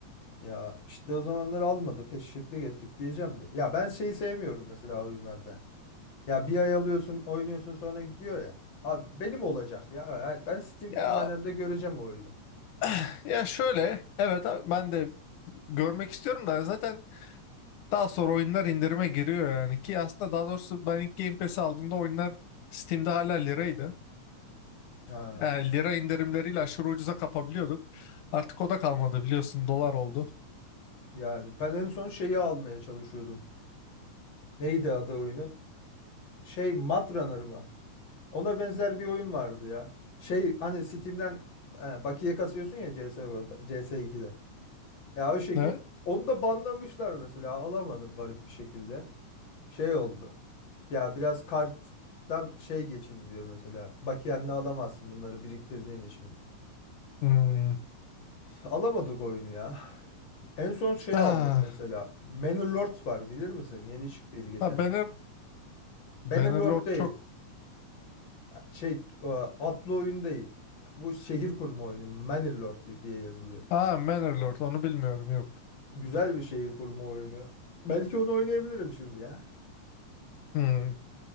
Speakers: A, on the left; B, on the left.
A: Ya işte o zamanları almadık, eşeklik ettik diyeceğim de. Ya ben şeyi sevmiyorum mesela oyunlarda. Ya bir ay alıyorsun, oynuyorsun sonra gidiyor ya. Abi benim olacak ya. Ya Ben Steam
B: Ya
A: kütüphanemde göreceğim o oyunu.
B: <clears throat> <sighs> ya şöyle evet abi ben de görmek istiyorum da zaten Daha sonra oyunlar indirime giriyor yani ki aslında daha doğrusu ben ilk Game Pass'i aldığımda oyunlar Steam'de hala liraydı.
A: Ha,
B: Yani lira indirimleriyle aşırı ucuza kapabiliyorduk. Artık o da kalmadı biliyorsun dolar oldu.
A: Yani ben en son şeyi almaya çalışıyordum. Neydi adı oyunun? Şey Matrunner mı? Ona benzer bir oyun vardı ya. Şey hani Steam'den e, bakiye kasıyorsun ya CS:GO'da, CS2'de. Ya o şekil
B: Evet.
A: onu da banlamışlar mesela. Alamadım garip bir şekilde. Şey oldu. Ya biraz karttan şey geçin diyor mesela. Bakiyenle alamazsın bunları biriktirdiğin için.
B: Hmm.
A: Alamadık oyunu ya. En son şey
B: Ah,
A: aldım mesela. Manor Lords var bilir misin? Yeni çıktıydı geçen
B: ha, Banner,
A: sene.
B: Bannerlord
A: Bannerlord değil.
B: çok...
A: Şey e, atlı oyun değil. Bu şehir kurma oyunu. Mannerlord di- diye yazılıyor.
B: Ha Bannerlord onu bilmiyorum yok.
A: Güzel bir şehir kurma oyunu. Belki onu oynayabilirim şimdi ya.
B: Hmm.